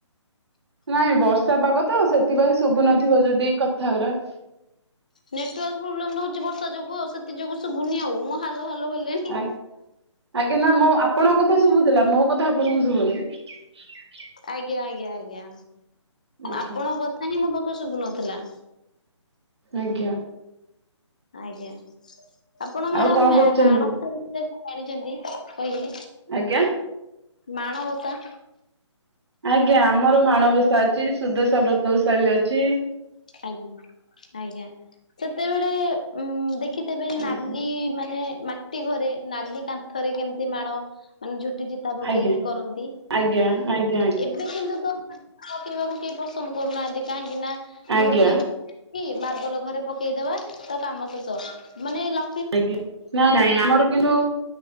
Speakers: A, on the right; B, on the left.
A: ନାଇଁ ବର୍ଷା ପାଗ ତ ସେଥିପାଇଁ ଶୁବୁନଥିବ ଯଦି କଥାଗୁରା।
B: ନେଟୱାର୍କ ପ୍ରୋବ୍ଲେମ୍ ରହୁଚି ବର୍ଷା ଯୋଗୁ ଆଉ ସେଥି ଯୋଗୁ ଶୁବୁନି ଆଉ ମୁଁ ହାଲୋ ହାଲୋ ହେଲିଣି।
A: ଆ ଆଜ୍ଞା ନାଁ ମୋ ଆପଣଙ୍କ କଥା ଶୁବୁଥିଲା ମୋ କଥା ଆପଣଙ୍କୁ ଶୁବୁନି।
B: ଆଜ୍ଞା ଆଜ୍ଞା ଆଜ୍ଞା
A: ଆଜ୍ଞା।
B: ଆପଣଙ୍କ କଥା ହିଁ ମୋ ପାଖୁ ଶୁବୁନଥୁଲା।
A: ଆଜ୍ଞା।
B: ଆଜ୍ଞା ଆପଣ ମ୍ୟାଡାମ୍
A: ଆଉ କଣ
B: ମ୍ୟା
A: କରୁଛନ୍ତି
B: ମ୍ୟାଣ
A: ଏବେ?
B: <inaudible> ଜାଣିଛନ୍ତି କହିଲେ।
A: ଆଜ୍ଞା?
B: ମାଣବସା।
A: ଆଜ୍ଞା ଆମର ମାଣବସା ଅଛି ସୁଦଶା ବ୍ରତ ଓଷା ବି ଅଛି।
B: ଆଜ୍ଞା ଆଜ୍ଞା ସେତେବେଳେ ଉଁ ଦେଖିଥେବେ ନାଲି
A: ଆଜ୍ଞା
B: ମାନେ ମାଟି ଘରେ ନାଲି କାନ୍ଥରେ କେମତି ମାଣ ମାନେ ଝୋ ଟି ଚିତା ପକେଇକି
A: ଆଜ୍ଞା
B: କରନ୍ତି
A: ଆଜ୍ଞା ଆଜ୍ଞା
B: ଏ ବେ କିନ୍ତୁ ତ ପକେଇବାକୁ କେହି ପସନ୍ଦ କରୁନାହାନ୍ତି କାହିଁକି ନା
A: ଆଜ୍ଞା।
B: ମୂରୁଜ ଇ ମାର୍ବଲ ଘରେ ପକେଇଦେବା ତ କାମ ଶେଷ ମାନେ ଲ
A: ଆଜ୍ଞା ନାଁ ନାଇଁ ଆମର କିନ୍ତୁ